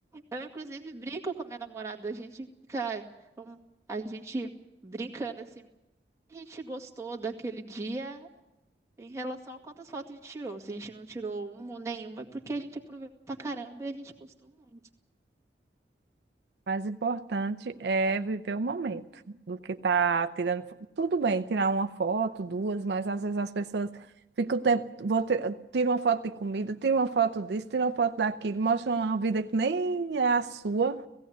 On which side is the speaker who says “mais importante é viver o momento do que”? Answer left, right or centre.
Right